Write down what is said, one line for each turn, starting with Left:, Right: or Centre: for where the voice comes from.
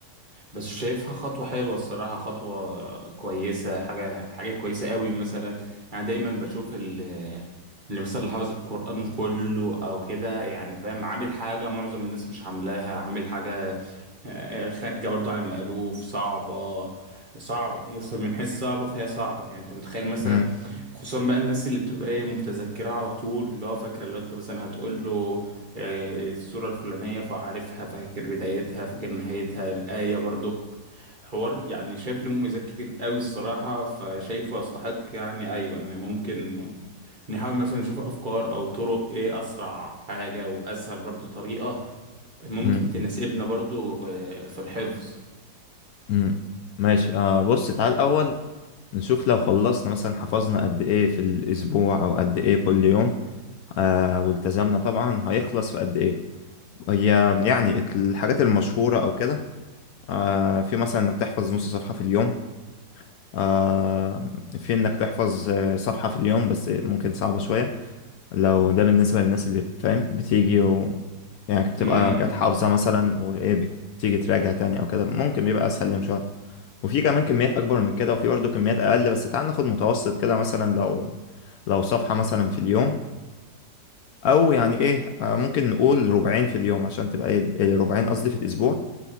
Right: بس شايفها خطوة حلوة الصراحة خطوة كويسة حاجة حاجة كويسة قوي مثلا يعني دايما بشوف ال- اللي مثلا اللي حافظ القرآن كله او كده يعني فاهم عامل حاجة معظم الناس مش عاملاها عامل حاجة آه، آه، خارجة برضو عن المألوف صعبة صعبة هي أصلاً من حيث صعبة فهي صعبة يعني انت متخيل مثلا
Left: مم.
Right: خصوصا بقى الناس اللي بتبقى ايه متذكرة على طول اللي هو فاكرة اللي هو انت مثلا هتقول له آه، السورة الفلانية فعارفها فاكر بدايتها فاكر نهايتها الآية برضه حوار يعني شايف له مميزات كتير قوي الصراحة فشايفه يستحق يعني ايوه ان ممكن نحاول مثلا نشوف افكار او طرق ايه اسرع حاجة واسهل برضه طريقة ممكن
Left: مم.
Right: تناسبنا برضه آه، في الحفظ
Left: امم ماشي آه بص تعال الأول نشوف لو خلصنا مثلا حفظنا قد إيه في الأسبوع أو قد إيه كل يوم آه والتزمنا طبعا هيخلص في قد إيه هي يعني الحاجات المشهورة أو كده آه في مثلا إنك تحفظ نص صفحة في اليوم آه في إنك تحفظ آه، صفحة في اليوم بس ممكن صعبة شوية لو ده بالنسبة للناس اللي فاهم بتيجي و... يعني بتبقى
Right: امم
Left: كانت حافظة مثلا وإيه بتيجي تراجع تاني أو كده ممكن بيبقى أسهل يوم شوية وفي كمان كميات اكبر من كده وفي برضه كميات اقل بس تعال ناخد متوسط كده مثلا لو لو صفحة مثلا في اليوم او يعني ايه آه، ممكن نقول ربعين في اليوم عشان تبقى ايه إيه، ربعين قصدي في الاسبوع